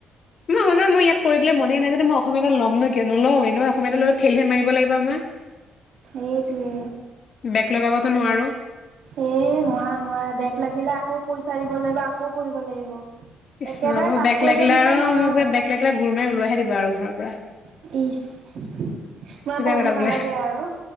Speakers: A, on the left; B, on the right.
A: মই ক মই ইয়াত কৰিবলৈ মনেই নাই য মই অসমীয়া তাত ল'ম নো <inaudible> কিয় নোল এনে অসমীয়া টো লৈ ফেইল হে মাৰিব লাগিবা মই।
B: এইটোৱে।
A: বেগ লগাবতো নোৱাৰো।
B: এই নোৱাৰা নোৱাৰা বেগ লাগিলে আকৌ পইচা দিব লাগিব আকৌ পঢ়িব লাগিব।
A: কৃষ্ণ
B: একেবাৰে
A: মোক
B: পাছ
A: বেগ
B: কৰি
A: লাগিলে
B: যোৱা নিচিনা
A: আৰু
B: নহয়
A: মোক যে বেগ লাগিলে গুুৰ মাৰি ওলাই আহে দিব আৰু ঘৰৰ পৰা।
B: <inaudible>
A: চিধা
B: পঢ়িব
A: কথা বোলে,
B: নালাগে আৰু